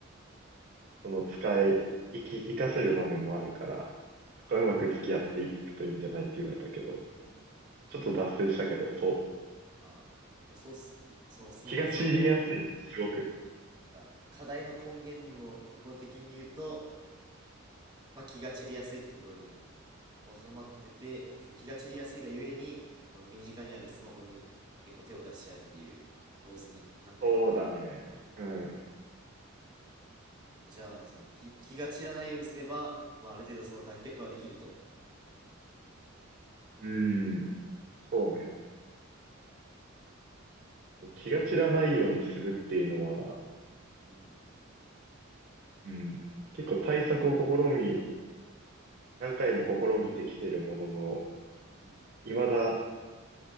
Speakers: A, on the right (about 40°); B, on the right (about 20°).
A: その使い、生き、活かせる場面もあるから、そこはうまく付き合っていくといいんじゃないって言われたけど、
B: うん。うん
A: ちょっと脱線したけど、そう。
B: まあ、じゃあそうす、そのスマホ依存を、
A: 気が散りやすいね、すごく。
B: なんか、課題の根源のとこ的に言うと、まあ、気が散りやすいってところに収まってて、その気が散りやすいがゆえに、まあ身近にあるスマホに結構手を出しちゃうっていう構図になってるのかな。
A: そうだね。うん。
B: なんかじゃあ、その気、気が散らないようにすれば、まあ、ある程度その脱却はできると。
A: うん。そうね。気が散らないようにするっていうのは、
B: うん。
A: うん。結構対策を試み、何回も試みてきてるものの、
B: うん。
A: 未だ